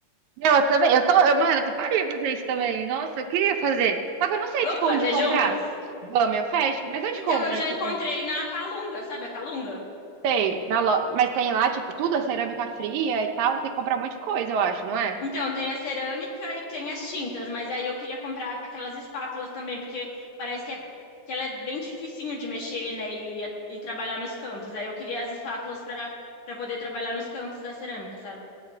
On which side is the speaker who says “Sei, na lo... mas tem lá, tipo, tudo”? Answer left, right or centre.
Right